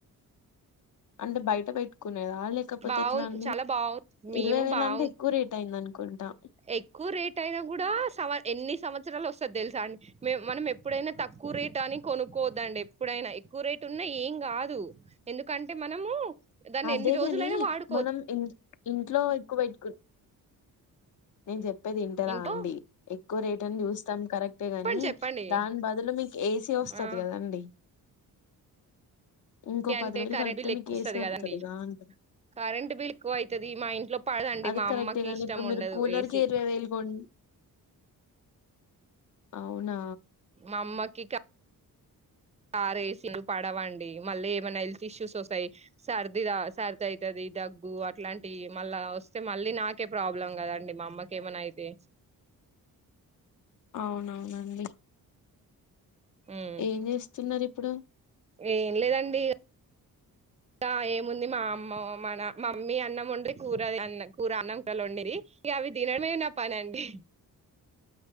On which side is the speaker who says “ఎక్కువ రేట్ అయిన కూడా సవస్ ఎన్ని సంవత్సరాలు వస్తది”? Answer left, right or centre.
Right